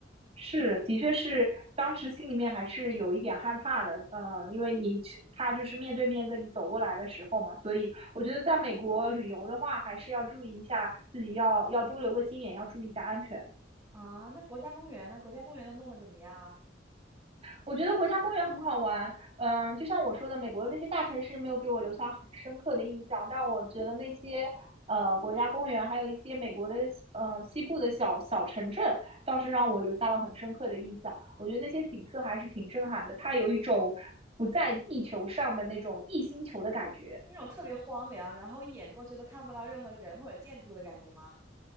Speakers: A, on the right; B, on the right.
A: 是，的确是，当时心里面还是有一点害怕的，嗯，因为你去他就是面对面跟你走过来的时候嘛，所以我觉得在美国旅游的话，还是要注意一下自己要要多留个心眼，要注意一下安全。
B: 啊！那国家公园呢？国家公园都弄得怎么样啊？
A: 我觉得国家公园很好玩，嗯，就像我说的，美国的那些大城市没有给我留下很深刻的印象，但我觉得那些呃国家公园，还有一些美国的呃西部的小小城镇，倒是让我留下了很深刻的印象。我觉得那些景色还是挺震撼的，它有一种不在地球上的那种异星球的感觉。
B: 是那种特别荒凉，然后一眼过去都看不到任何人或者建筑的感觉吗？